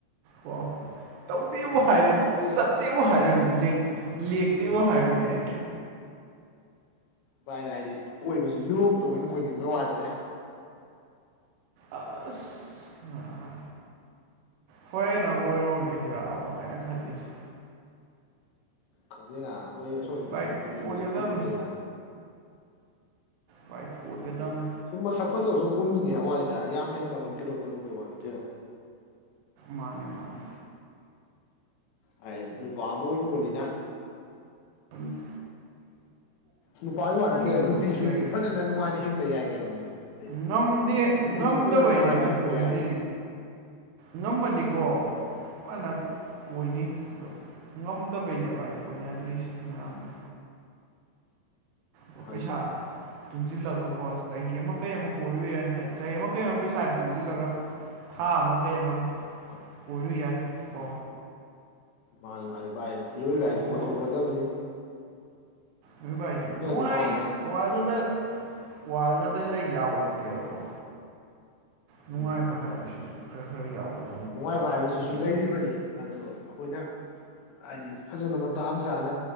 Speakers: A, on the right; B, on the left.
A: ꯀ‌ꯣ ꯇꯧꯗꯦꯕꯣ ꯍꯥꯏꯔꯣ
B: ꯇꯧꯗꯦ
A: ꯆꯠ ꯇꯦꯕꯨ ꯍꯥꯔꯎꯅꯦ ꯂꯦ ꯂꯦꯄ ꯌ‌ꯦꯕꯨ ꯍꯥꯔꯌꯅꯦ ꯑꯦ
B: ꯚꯥꯏꯅ ꯍꯥꯏꯗꯤ ꯀꯣꯏꯕꯁꯤ ꯌꯨꯔꯣꯞꯇꯧꯕꯅ ꯀꯣꯏꯅꯤꯡꯕ ꯋꯥꯏꯗ
A: ꯑꯁ ꯑꯥ ꯐꯣꯔꯦꯟꯅꯔ ꯑꯣꯏꯔꯣꯒꯦ ꯑꯣ ꯍꯥꯏꯅ ꯈꯜꯂꯤꯁꯤ
B: ꯈꯪꯗꯦꯅ ꯃꯣꯏ ꯑꯁꯣꯜꯅꯀꯗꯤ
A: ꯚꯥꯏ
B: ꯅꯨꯄꯤ ꯉꯩ
A: ꯀꯣꯏꯒꯗꯕꯅꯤ
B: ꯃꯁꯛ ꯂꯣꯏꯅ ꯐꯖꯩꯗ
A: ꯕꯥꯏ ꯀꯣꯏꯒꯗꯝꯕ
B: ꯁꯨꯝ ꯃꯁꯛ ꯐꯖꯕ ꯁꯨꯝ ꯎꯟꯅꯤꯡꯉꯦ ꯍꯥꯏ ꯋꯥ ꯋꯥꯔꯤꯅꯤꯗ ꯌꯥꯝ ꯍꯦꯟꯅ ꯑꯩꯈꯣꯏꯅ ꯀꯩꯅꯣ ꯇꯧꯔꯨꯕꯩ ꯋꯥ ꯅꯠꯇꯦꯗ
A: ꯃꯥꯅꯦ ꯃꯥꯅꯦ
B: ꯍꯥꯏ ꯅꯨꯄꯥ ꯑꯃ ꯑꯣꯏꯔꯨꯕꯅꯤꯅ
A: ꯎꯝ
B: ꯅꯨꯄꯥꯒꯤ ꯋꯥ ꯅꯠꯇꯦ
A: ꯀꯣꯏꯊꯣꯛꯄ
B: ꯅꯨꯄꯤꯁꯨ
A: ꯌꯥꯏ ꯀꯩꯅꯣ
B: ꯐꯖꯅ ꯅꯨꯡꯉꯥꯏꯅ ꯍꯤꯡꯕ ꯌꯥꯏ ꯀꯩꯅꯣꯅꯦ ꯍꯣꯏ
A: ꯉꯝꯗꯦ
B: ꯅꯨꯄꯤꯁꯨ
A: ꯉꯝꯗꯕꯩꯅꯦ
B: ꯐꯖꯅ ꯅꯨꯡꯉꯥꯏꯅ
A: ꯚꯥꯏ
B: ꯍꯤꯡꯕ
A: ꯀꯣꯏꯗ꯭ꯔꯤ
B: ꯌꯥꯏꯕ
A: ꯉꯝꯃꯗꯤꯀꯣ
B: ꯎꯝ
A: ꯃꯥꯅ ꯀꯣꯏꯅꯤ ꯑꯗꯣ ꯉꯝꯗꯕꯩꯅꯦ ꯚꯥꯏ ꯀꯣꯏꯅꯗ꯭ꯔꯤꯁꯤ ꯃꯌꯥꯝꯅ ꯑꯗꯣ
B: ꯃꯥꯅꯤꯅ
A: ꯄꯩꯁꯥ ꯇꯨꯡꯖꯤꯜꯂꯒ ꯀꯣ ꯆꯍꯤ ꯑꯃ ꯀꯩ ꯑꯃ ꯀꯣꯏꯔꯨ ꯌꯥꯏ ꯍꯥꯏꯗꯤ ꯆꯍꯤ ꯑꯃ ꯀꯩ ꯑꯃ ꯄꯩꯁꯥ ꯇꯨꯡꯖꯤꯜꯂꯒ ꯊꯥ ꯑꯃ ꯀꯩꯑꯃ
B: ꯍꯣꯏ
A: ꯀꯣꯏꯔꯨ ꯌꯥꯏ ꯀꯣ
B: ꯃꯥꯅꯤ ꯃꯥꯅꯤ ꯚꯥꯏ ꯃꯤꯑꯣꯏꯕ
A: ꯀꯣꯏꯊꯣꯛꯎꯕ
B: ꯍꯥꯏꯖꯤ ꯀꯣꯏꯊꯣꯛꯀꯗꯝꯅꯤ
A: ꯑꯗꯨ ꯚꯥꯏ ꯅꯨꯡꯉꯥꯏ
B: ꯀꯃꯥꯏꯅ
A: ꯋꯥꯔꯒꯗ ꯋꯥꯔꯒꯗ ꯂꯩ ꯌꯥꯕ ꯅꯠꯇꯦꯕꯀꯣ ꯅꯨꯡꯉꯥꯏꯕ
B: ꯎꯝ
A: ꯍꯥꯏꯕꯁꯤꯁꯨ ꯈꯔ ꯈꯔ ꯌꯥꯎꯒꯗ
B: ꯅꯨꯡꯉꯥꯏꯕ ꯍꯥꯏꯕꯁꯤꯁꯨ ꯂꯩꯔꯤꯕꯅꯤ ꯑꯗꯣ ꯑꯩꯈꯣꯏꯅ ꯍꯥꯏꯗꯤ ꯐꯖꯅ ꯃꯇꯥꯡ ꯆꯥꯅ